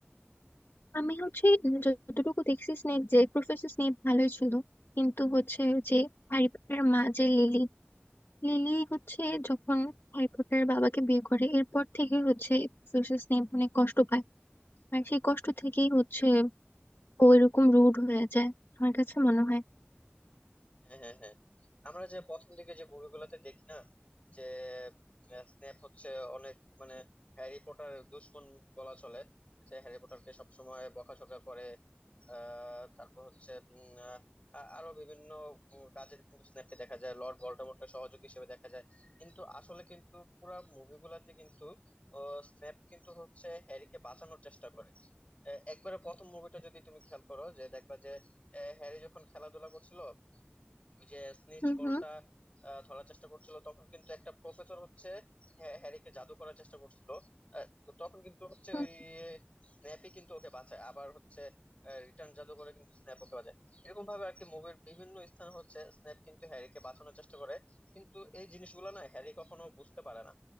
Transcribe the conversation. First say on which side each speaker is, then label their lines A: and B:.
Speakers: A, on the left (about 65°); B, on the left (about 30°).
A: আমি হচ্ছে যতটুকু দেখছি স্নেপ যে প্রফেসর স্নেপ ভালোই ছিল কিন্তু হচ্ছে ওই যে হ্যারি পটারের মা যে লিলি লিলি হচ্ছে যখন হ্যারি পটারের বাবাকে বিয়ে করে এরপর থেকে হচ্ছে প্রফেসর স্নেপ অনেক কষ্ট পায় আর সেই কষ্ট থেকেই হচ্ছে ও এরকম রুড হয়ে যায় আমার কাছে মনে হয়
B: হ্যাঁ হ্যাঁ হ্যাঁ আমরা যে প্রথম দিকে যে মুভিগুলোতে দেখি না যে আহ, স্নেপ হচ্ছে অনেক মানে হ্যারি পটার দুশমন বলা চলে যে হ্যারি পটারকে সবসময় বকাঝকা করে আহ তারপর হচ্ছে উম, আহ, আ- আরো বিভিন্ন উম, কাজে কিন্তু স্নেপকে দেখা যায় লর্ড ভলডেমর্টের সহযোগী হিসেবে দেখা যায় কিন্তু আসলে কিন্তু পুরো মুভিগুলাতে কিন্তু স্নেপ কিন্তু হচ্ছে হ্যারিকে বাঁচানোর চেষ্টা করে এ- একবারে প্রথম মুভিটা যদি তুমি খেয়াল করো যে দেখবা যে এ, হ্যারি যখন খেলাধুলা করছিল ওই যে স্নিচ
A: হুম
B: বলটা
A: হুম
B: আহ, ধরার চেষ্টা করছিল তখন কিন্তু একটা প্রফেসর হচ্ছে হ্যা- হ্যারিকে জাদু করার চেষ্টা করছিল আহ, তো তখন কিন্তু হচ্ছে
A: হুম,
B: ওই স্ন্যাপই কিন্তু ওকে বাঁচায় আবার হচ্ছে রিটার্ন জাদু করে কিন্তু স্ন্যাপ ওকে বাঁচায় এরকম ভাবে আর কি মুভির বিভিন্ন স্থান হচ্ছে স্ন্যাপ কিন্তু হ্যারিকে বাঁচানোর চেষ্টা করে কিন্তু এই জিনিসগুলো না হ্যারি কখনো বুঝতে পারে না